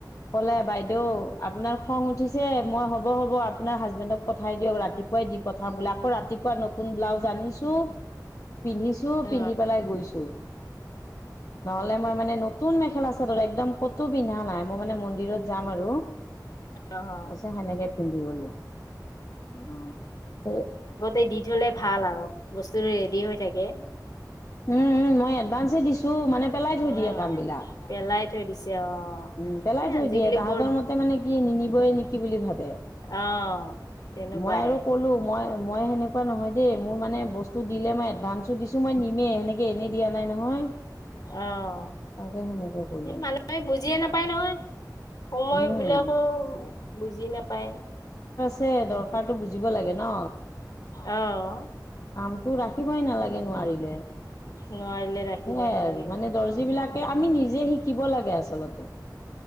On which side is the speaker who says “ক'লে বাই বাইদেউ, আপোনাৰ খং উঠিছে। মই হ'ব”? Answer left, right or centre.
Left